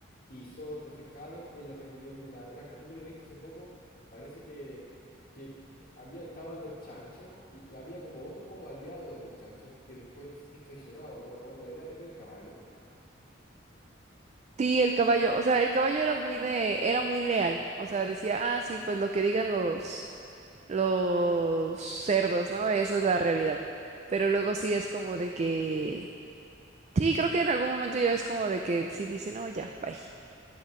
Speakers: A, on the left; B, on the right.
A: y son reflejados en la rebelión de la Granja. Tú que lo leíste hace poco, parece que, que eh, había, estaban los chanchos y y había como otro como aliado de los chanchos que después es traicionado, no me acuerdo, era, era el caballo.
B: Sí, el caballo, o sea, el caballo era muy de, era muy leal, o sea, decía, ah, sí, pues lo que digan los, los cerdos, ¿no? Eso es la realidad. Pero luego sí es como de que, sí, creo que en algún momento ya es como de que sí dice, no, ya, bye.